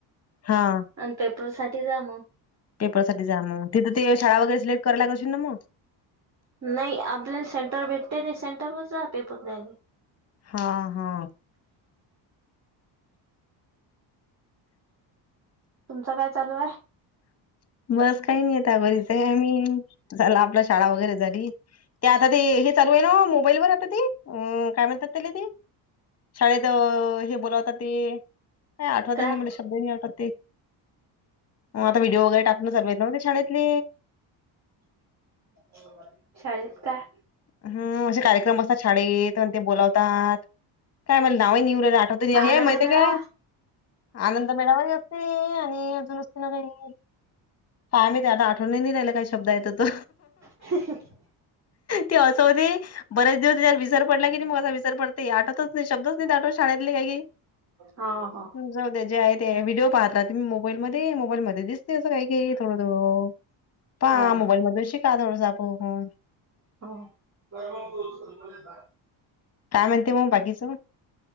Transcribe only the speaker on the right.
आणि पेपर साठी जा म.
नाही आपल्याला सेंटर भेटते. ते सेंटर वर जा पेपर द्यायला.
तुमचं काय चालूये?
काय?
होय. शाळेेत काय?
आनंद
मेळावा
<unintelligible>
हा ह.
हो
ह मग <unintelligible> <unintelligible>